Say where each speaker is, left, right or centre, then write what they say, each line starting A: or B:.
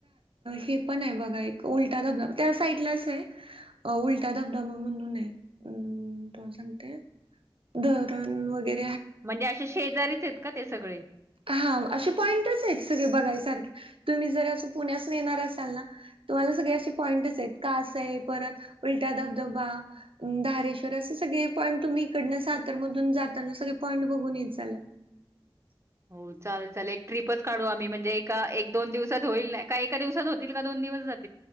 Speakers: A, on the right; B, on the right.
A: हे पण आहे बघा एक उलटा धबधबा त्या साईडलाच आहे उलटा धबधबा म्हणून आहे त सांगते धरण वगेरे
B: म्हणजे अशे शेजारीच आहेत का ते सगळे
A: हा असे पॉंटच आहेत सगळे बघायसारखे तुम्ही जर असं पुण्यासून येणार असाल ना तुम्हाला सगळे असे पॉईंटच आहेत कास आहे परत उलटा धबधबा धारेश्वर असे सगळे पॉईंट तुम्ही इकडनं सातरमधून जाताना सगळे पॉईंट बघून आत चला
B: हो चाल चाल एक ट्रीपच काढू आम्ही म्हणजे एका एक दोन दिवसात होईल का एका दिवसात होतील का दोन दिवस जाती